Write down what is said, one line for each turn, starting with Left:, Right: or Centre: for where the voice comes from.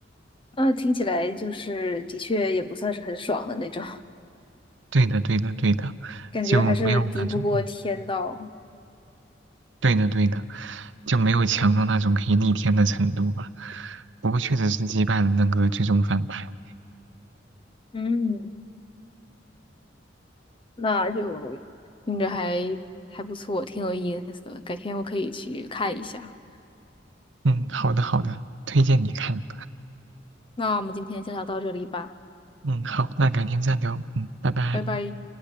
Left: 那听起来就是的确也不算是很爽的那种，
Right: 对的，对的，对的，
Left: <laughs> 感觉还是敌不过天道。
Right: 就没有那种，嗯，对的，对的，就没有强到那种可以逆天的程度吧。不过确实是击败了那个最终反派。
Left: 嗯，那就听着还还不错，挺有意思的，改天我可以去看一下。
Right: 嗯，好的，好的，推荐你看。
Left: 那我们今天先聊到这里吧，
Right: 嗯，好，那改天再聊。嗯，拜拜。
Left: 拜拜。